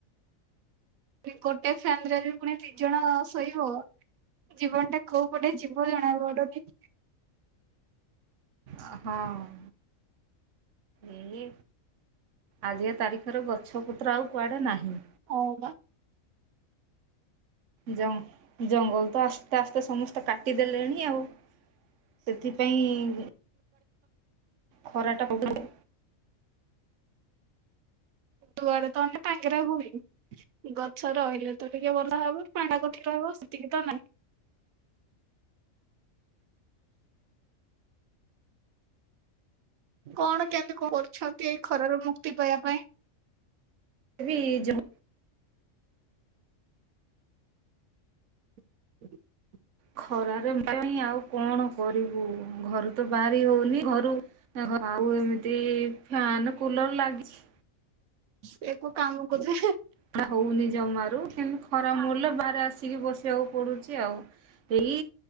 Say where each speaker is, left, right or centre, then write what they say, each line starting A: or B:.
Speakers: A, on the right (about 85°); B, on the right (about 65°).
A: ପ୍ରି ଗୋଟେ ଫ୍ୟାନ ରେ ବି ପୁଣି ଦି ଜଣ ଶୋଇିବ? ଜୀବନ ଟା କୋଉ ପଟେ ଜୀବ ଜଣା ପଡୁନି।
B: ଅ ହଁ। ଏଇ ଆଜିକା ତାରିଖରେ ଗଛ ପତ୍ର ଆଉ କୁଆଡ଼େ ନାହିଁ।
A: ହଁ ବା।
B: ଜଙ୍ଗ ଜଙ୍ଗଲ ତ ଆସ୍ତେ ଆସ୍ତେ ସମସ୍ତେ କାଟିଦେଲେଣି ଆଉ। ସେଥିପାଇଁ ଖରା ଟା ବଢ଼ୁଚି।
A: ଦୁଆଡେ ତନେ ସବୁଆଡେ ଟାଙ୍ଗେରା ଭୁଇଁ। ଗଛ ରହିଲେ ତ ଟିକେ ଭଲ ହବ ପାଣ୍ଡା କଠି ରହିବ ସେତିକି ତ ନାହିଁ। କଣ କେମିତି କରୁଛନ୍ତି ଏଇ ଖରାରୁ ମୁକ୍ତି ପାଇବା ପାଇଁ?
B: ରି ଜମୁ
A: <unintelligible>
B: ଖରାରେ ମାନି ଆଉ କଣ କରିବୁ ଘରୁ ତ ବାହାରି ହୋଉନି। ଘରୁ ଓହ ଆଉ ଏମିତି ଫ୍ୟାନ କୁଲର ଲାଗିଛି।
A: ସେ କୋଉ କାମ କୁ ଜେ।
B: ଏଟା ହୋଉନି ଜମାରୁ। କେମିତି ଖରା ମୂଲ୍ୟ ବାହାରେ ଆସିକି ବସିବାକୁ ପଡୁଚି ଆଉ। ଏଇ